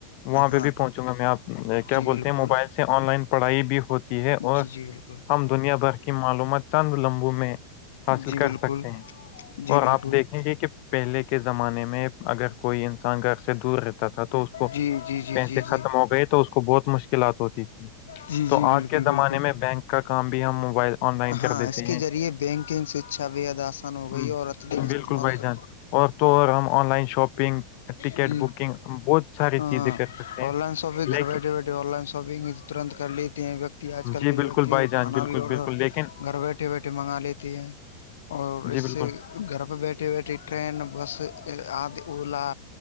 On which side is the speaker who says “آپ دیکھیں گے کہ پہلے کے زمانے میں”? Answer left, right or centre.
Left